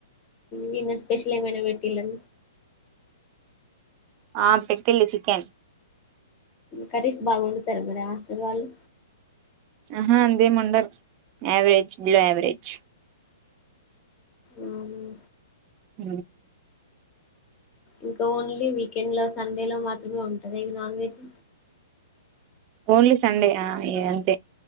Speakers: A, on the left; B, on the right.
A: నిన్న స్పెషల్ అమనా వీటల
B: ఆ పెట్టటిల్ చికెన్
A: కరీసి బాగుండుతారు మరి హాస్టల్ వాళ్ళు
B: ఆహా అందేమండరు యావరేజ్ బిలో యావరేజ్
A: అవునా
B: అ
A: ఇంకా ఓన్లీ వీకెండ్ లో సండే లో మాత్రమే ఉంటది ఇక నాన్ వెజ్
B: ఓన్లీ సండే ఆ అంతే